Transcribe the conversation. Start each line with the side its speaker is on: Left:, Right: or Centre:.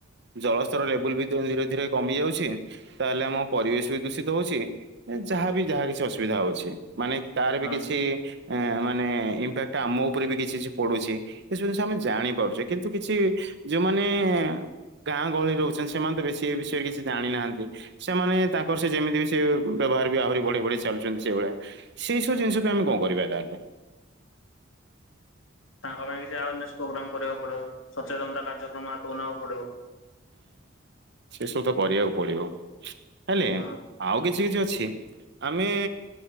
Right: ଜଳସ୍ତର ଲେବୁଲ ବି ଧୀରେ ଧୀରେ କମି ଯାଉଛି ତାହେଲେ ଆମ ପରିବେଶ ବି ଦୂଷିତ ହଉଛି ଯାହା ବି ଯାହା କିଛି ଅସୁବିଧା ହଉଛି। ମାନେ ତାର
Left: ହଁ
Right: ବି କିଛି ଏମାନେ ଇମ୍ପାକ୍ଟ ଆମ ଉପରେ ବି କିଛି କିଛି ପଡୁଛି ଏସବୁ ଜିନିଷ ଆମେ ଜାଣିପାରୁଛେ କିନ୍ତୁ କିଛି ଯୋଉମାନେ ଗାଁ ଗହଳିରେ ରହୁଛନ୍ତି ସେମାନେ ତ ବେଶୀ ଏ ବିଷୟରେ କିଛି ଜାଣିନାହାନ୍ତି ସେମାନେ ତାଙ୍କର ସେ ଯେମିତି ବି ସେ ବ୍ୟବହାର ବି ଆହୁରି ବଢି ବଢି ଚାଲୁଛନ୍ତି ସେଇଭଳିଆ ସେଇ ସବୁ ଜିନିଷ ବି ଆମେ କଣ କରିବା ତାହେଲେ।
Left: ତାଙ୍କ ପାଇଁ କିଛି ଅୱାରନେସ ପ୍ରୋଗ୍ରାମ କରିବାକୁ ପଡିବ, ସଚେତନତା କାର୍ଯ୍ୟକ୍ରମ ହାତକୁ ନେବାକୁ ପଡିବ।
Right: ସେସବୁ ତ କରିବାକୁ ପଡିବ। ହେଲେ
Left: ହଁ
Right: ଆଉ କିଛି କିଛି ଅଛି। ଆମେ